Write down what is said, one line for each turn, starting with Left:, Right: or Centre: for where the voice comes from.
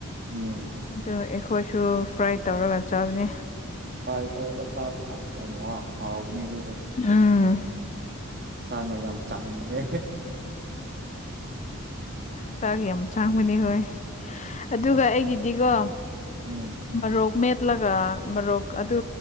Right: ꯎꯝ
Left: ꯑ ꯑꯩꯈꯣꯏꯁꯨ ꯐ꯭ꯔꯥꯏ ꯇꯧꯔꯒ ꯆꯥꯕꯅꯤ
Right: ꯐꯥꯏ ꯐ ꯆ ꯑꯁꯤ ꯌꯥꯝ ꯋꯥ ꯍꯥꯎꯕ ꯅ ꯂꯩꯗ
Left: ꯎꯝ
Right: ꯆꯥꯡꯉ ꯌꯥꯝ ꯆꯥꯡꯉꯅꯦ
Left: ꯆꯥꯛꯁ ꯌꯥꯝ ꯆꯥꯡꯕꯅꯤ ꯍꯣꯏ ꯑꯗꯨꯒ ꯑꯩꯒꯤꯗꯤꯀꯣ
Right: ꯎꯝ
Left: ꯔꯣꯒꯃꯦ ꯆꯠꯂꯒ ꯃꯣꯔꯣꯛ ꯑꯗꯨ